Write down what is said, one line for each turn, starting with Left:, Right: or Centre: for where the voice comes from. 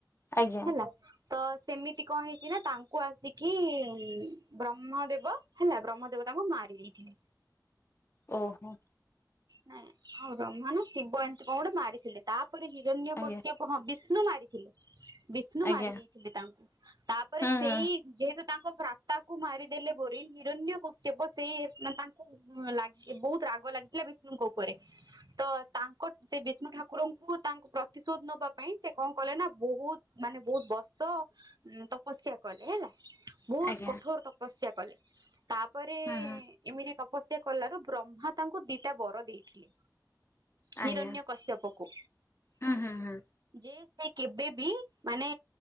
Left: ଆଜ୍ଞା
Right: ହେଲା। ତ ସେମିତି କଣ ହେଇଛି ନା ତାଙ୍କୁ ଆସିକି ବ୍ରହ୍ମ ଦେବ ହେଲା ବ୍ରହ୍ମ ଦେବ ତାଙ୍କୁ ମାରି ଦେଇଥିଲେ।
Left: ଓହୋ।
Right: ନାଇଁ ଆଉ ରମା ନା ଶିବ ଏମିତି କଣ ଗୋଟେ ମାରିଥିଲେ ତାପରେ ହିରଣ୍ୟକଶ୍ୟପ
Left: ଆଜ୍ଞା
Right: କହଁ ବିଷ୍ଣୁ ମାରିଥିଲେ ବିଷ୍ଣୁ
Left: ଆଜ୍ଞା
Right: ମାରି ଦେଇଥିଲେ ତାଙ୍କୁ। ତାପରେ
Left: ହୁଁ
Right: ସେଇ
Left: ହୁଁ
Right: ଯେହେତୁ ତାଙ୍କ ଭ୍ରାତାକୁ ମାରିଦେଲେ ବୋରି ହିରଣ୍ୟ କ ସେ ବ ସେଇ ମାନେ ତାଙ୍କୁ ଲ ବହୁତ ରାଗ ଲାଗିଥିଲା ବିଷ୍ଣୁଙ୍କ ଉପରେ ତ ତାଙ୍କ ସେ ବିଷ୍ଣୁ ଠାକୁରଙ୍କୁ ତାଙ୍କୁ ପ୍ରତିଶୋଧ ନବା ପାଇଁ ସେ କଣ କଲେ ନା ବହୁତ ମାନେ ବହୁତ ବର୍ଷ ଉଁ ତପସ୍ୟା କଲେ ହେଲା ବହୁତ
Left: ଆଜ୍ଞା
Right: କଠୋର ତପ ତପସ୍ୟା କଲେ ତାପରେ
Left: ହୁଁ ହୁଁ
Right: ଏମିତି ତପସ୍ୟା କଲାରୁ ବ୍ରହ୍ମା ତାଙ୍କୁ ଦି ଦିଟା ବର ଦେଇଥିଲେ। ହିରଣ୍ୟ
Left: ଆଜ୍ଞା।
Right: କଶ୍ୟପକୁ
Left: ହୁଁ ହୁଁ ହୁଁ
Right: ଯେ ସେ କେବେ ବି ମାନେ